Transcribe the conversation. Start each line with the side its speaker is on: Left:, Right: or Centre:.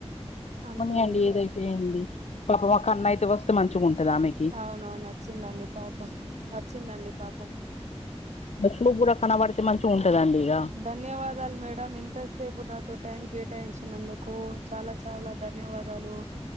Right: అంతే
Left: పోనీయండి
Right: అండి
Left: ఏదైతే ఏంది పాప మాకు అన్న అయితే వస్తే మంచిగా ఉంటదామె
Right: అవునవున వొచ్చిందండి పాపం వొచ్చిందండి పాపం
Left: <unintelligible> కూడా కనబడితే మంచిగ ఉంటదండి ఇక
Right: ధన్యవాదాలు మేడం ఇంతసేపు నాతో టైం కేటాయించినందుకు చాలా చాలా ధన్యవాదాలు